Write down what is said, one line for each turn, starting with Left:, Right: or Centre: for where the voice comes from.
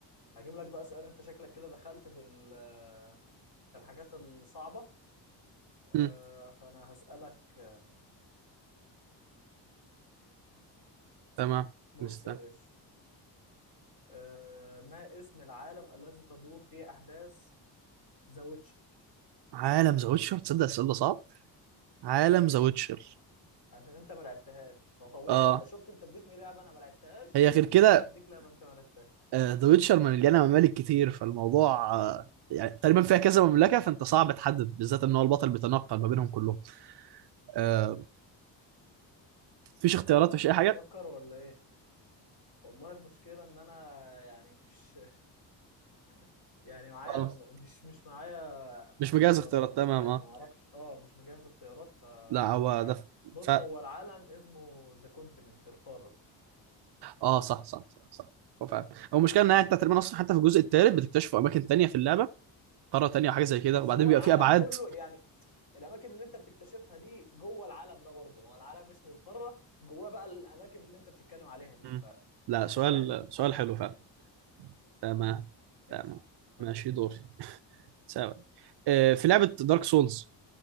Left: هجيب لك بقى اسئلة انت شكلك كده دخلت في ال- آه، في الحاجات الصعبة آه
Right: مم.
Left: فانا هسألك آه،
Right: تمام
Left: بص
Right: مستني
Left: يا باشا آه ما اسم العالم الذي تدور فيه احداث ذا ويتشر
Right: عالم ذا ويتشر تصدق السؤال ده صعب عالم ذا ويتشر
Left: عشان انت ما لعبتهاش فطبيعي
Right: اه
Left: بقى شفت انت اديتني لعبة انا ما لعبتهاش
Right: هي غير كده
Left: فانا هديك لعبة انت ما لعبتهاش
Right: آه، ذا ويتشر مليانة ممالك كتير فالموضوع آه يعني تقريبا فيها كذا مملكة فأنت صعب تحدد بالذات إن هو البطل بيتنقل ما بينهم كلهم آه مفيش اختيارات مفيش أي حاجة
Left: هتفكر ولا ايه والله المشكلة ان انا يعني مش <laughs> يعني معايا
Right: اه
Left: مش مش معايا
Right: مش
Left: اختيارات
Right: مجهز اختيارات تمام
Left: يعني
Right: اه
Left: ما اعرفش اه مش مجهز اختيارات ف...
Right: لا هو
Left: فمش عارف
Right: ده ف...
Left: بص
Right: ف...
Left: هو العالم اسمه ذا كونتيننت القارة
Right: اه صح صح صح صح هو فعلا هو المشكلة إنها أنت تقريبا أصلا حتى في الجزء الثالث بتكتشفوا أماكن تانية في اللعبة قارة تانية وحاجة زي كده
Left: بس
Right: وبعدين
Left: هو
Right: بيبقى
Left: العالم
Right: في أبعاد
Left: كله يعني الاماكن اللي انت بتكتشفها دي جوه العالم ده برضه ما هو العالم اسمه القارة جواه بقى الاماكن اللي انت بتتكلم عليها دي
Right: مم.
Left: ف...
Right: لا
Left: فانت
Right: سؤال
Left: فاهم
Right: سؤال حلو فعلا تمام
Left: ماشي
Right: تمام
Left: طب
Right: ماشي
Left: اسأل
Right: دوري سوا آه، في لعبة دارك سولز